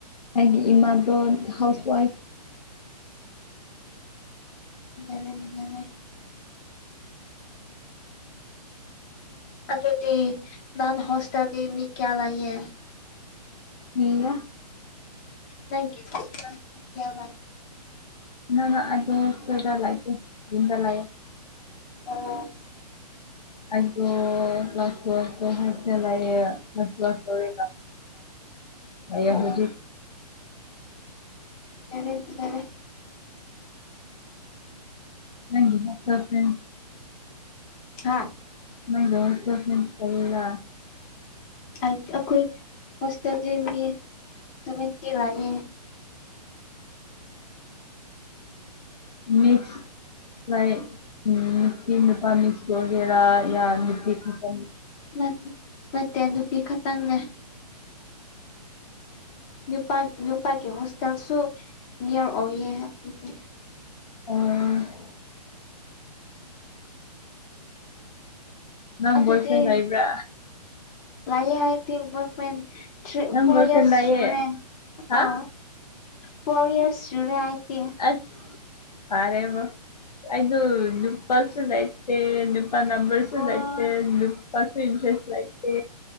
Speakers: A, on the left; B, on the left.
A: ꯑꯩꯒꯤ ꯏꯃꯥꯗꯣ ꯍꯥꯎꯁ ꯋꯥꯏꯐ
B: ꯑꯣꯔꯦꯟꯅꯔꯦ <inaudible> ꯑꯗꯨꯗꯤ ꯅꯣꯢ ꯍꯣꯁꯇꯦꯜꯗꯤ ꯃꯤ ꯀꯌꯥ ꯂꯩꯥꯛꯌꯦ
A: ꯃꯤ ꯃꯌꯥꯝ
B: ꯅꯪ ꯄꯨ ꯀꯌꯥ <inaudible>
A: ꯅꯪ ꯑꯗꯗ ꯂꯥꯏꯀꯦ ꯑꯗꯨꯝꯗ ꯂꯑꯦ <inaudible>
B: ꯑꯣ
A: ꯑꯣ ꯀ꯭ꯂ꯭ꯂ ꯍꯣꯜꯁꯦꯂꯦꯁ ꯀ꯭ꯂ꯭ꯂꯥꯁ ꯇꯧ <inaudible> ꯌꯦꯕꯨꯗꯤ
B: ꯑꯣ
A: <inaudible>
B: ꯂꯩꯗꯔꯦ <inaudible>
A: ꯅꯪꯅ <inaudible>
B: ꯍꯥꯥ
A: <unintelligible>
B: ꯑꯩ ꯑꯩꯈꯣꯏ ꯍꯣꯁꯇꯦꯜꯗꯤ ꯃꯤ ꯁꯃꯤꯛꯇꯤ ꯂꯑꯦ
A: ꯃꯦꯛꯁ <unintelligible>
B: ꯅꯠ ꯅꯠꯇꯦ ꯅꯨꯄꯤ ꯈꯛꯇꯪꯅꯦ ꯅꯨꯄꯥ ꯅꯨꯄꯥꯒꯤ ꯍꯣꯁꯇꯦꯜꯁꯨ ꯅꯤꯌꯔ ꯑꯣꯏꯌꯦ <unintelligible>
A: ꯑꯣ ꯅꯪ
B: ꯑꯗꯨꯗꯤ
A: ꯕꯣꯏ ꯐ꯭ꯔꯦꯟ ꯂꯩꯕ꯭ꯔꯥ
B: ꯂꯏ ꯍꯥꯏ ꯇ <unintelligible> ꯊ꯭ꯔꯤ
A: ꯅꯪ
B: ꯐꯣꯔ
A: ꯕꯣꯏ
B: ꯏꯔꯁ
A: ꯐ꯭ꯔꯦꯟ ꯂꯩꯌꯦ
B: ꯁꯨꯔꯦ
A: ꯍꯥ
B: ꯑ ꯐꯣꯔ ꯏꯌꯥꯔꯁ ꯁꯨꯔꯦ ꯑꯩꯗꯤ
A: ꯑꯁ ꯐꯔꯦꯕ ꯑꯩꯗꯨ ꯅꯨꯄꯥꯁꯨ ꯂꯩ ꯇꯦ ꯅꯨꯄꯥ ꯅꯝꯕꯝꯕꯔ ꯁꯨ
B: ꯑꯣ
A: ꯂꯥꯏꯇꯦ ꯅꯨꯄꯥꯁꯨ ꯏꯟꯇꯔꯦꯁ ꯂꯥꯏꯇꯦ